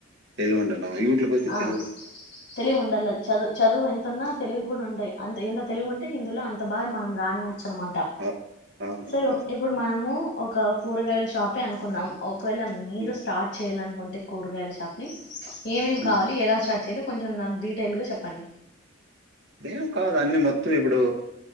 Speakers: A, on the right; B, on the left.
A: తెలివుండలం ఈట్లకొచ్చి
B: ఆ
A: తెలివుండలం.
B: తెలివి ఉండాల చదువు చదువు ఎంతున్నా తెలివి కూడా ఉంటాయి అంత ఎంత తెలివు ఉంటే ఇందులో అంత బా మనం రానియచ్చు అనమాట
A: అవ్ అవును.
B: సో
A: అవును.
B: ఇప్పుడు మనము ఒక కూరగాయల షాపే అనుకుందాం ఓ ఒకవేళ మీరు
A: హ్మ్.
B: స్టార్ట్ చే చేయాలనుకుంటే కూరగాయలు షాప్ని ఎమ్ ఎమ్
A: హ్మ్.
B: కావాలి ఎలా స్టార్ట్ చేయ్యలి కొంచెం నాకు డీటెయిల్గా చెప్పండి
A: అదేం కాదు అన్ని మొత్తం ఇప్పుడు